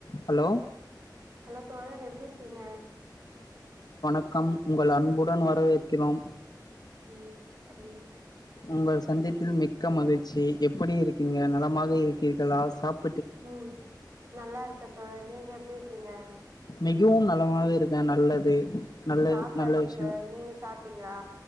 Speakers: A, on the left; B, on the right.
A: Hello
B: hello தோழர் எப்டி இருக்கீங்க
A: பக்கம் உங்கள் அன்புடன் வரவேற்கிறோம்
B: ம் சரிங்க
A: உங்கள் சந்தித்தில் மிக்க மகிழ்ச்சி எப்டி இருக்கீங்க நலமாக இருக்கீர்களா சாப்
B: ம் நல்லா இருக்க தோழன் நீங்க எப்டி க்கீங்க
A: மிகவும் நலமாவ இருக்கே நா நல்லது
B: ம்
A: நல்ல
B: சாப்ட்டாச்சு
A: நல்ல விஷயம்
B: தோழர் நீங்க சாப்ட்டீங்களா